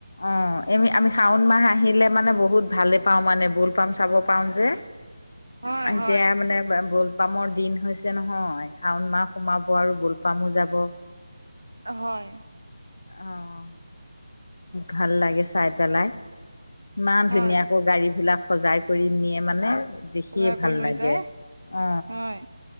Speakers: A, on the left; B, on the right.
A: অ এমি আমি শাওণ মাহ আহিলে মানে বহুত ভালে পাওঁ মানে বুল পাম চাব। পাও যে
B: হয়
A: এতিয়া
B: হয়
A: মানে বলপামৰ দিন হৈছে নহয়। শাওণ মাহ সোমাব আৰু বোলপামো যাব।
B: হয়।
A: অ ভাল লাগে চাই পেলাই ইমান
B: হয়
A: ধুনীয়াকৈ গাড়ী বিলাক সজাই কৰি নিয়ে মানে। দেখিয়ে
B: বজাৰ কৰি
A: ভাল
B: লৈ
A: লাগে
B: যায়
A: অ
B: হয়